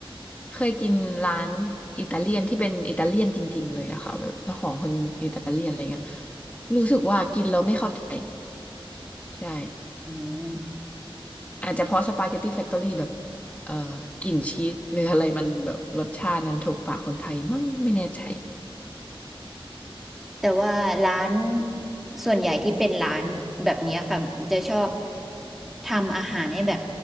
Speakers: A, on the left; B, in the centre.
A: เคยกินร้านอิตาเลียนที่เป็นอิตาเลียนจริงๆเลยอะค่ะแบบเจ้าของคนอิตาเลียนอะไรเงี้ยรู้สึกว่ากินแล้วไม่เข้าใจใช่
B: อืม
A: อาจจะเพราะสปาเกตตี้แฟคทอรี่แบบเอ่อกลิ่นชีสหรืออะไรมันแบบรสชาตินั้นถูกปากคนไทยมั้งไม่แน่ใจ
B: แต่ว่าร้านส่วนใหญ่ที่เป็นร้านแบบเนี้ยค่ะมันจะชอบทำอาหารให้แบบ